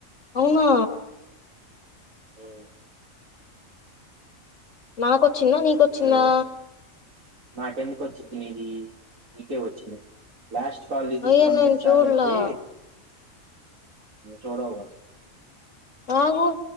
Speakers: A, on the left (about 65°); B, on the right (about 75°).
A: అవునా
B: ఉమ్
A: నాకొచ్చిందా నీకొచ్చిందా
B: హలో నాకెందుకు వచ్చింది నీది నీకే వచ్చింది లాస్ట్ కల్ తీసిస్తం
A: అయ్యో నేను
B: హెచ్ఆర్
A: చూడలా
B: అని చేప్పి చోడవు <inaudible>
A: నాకు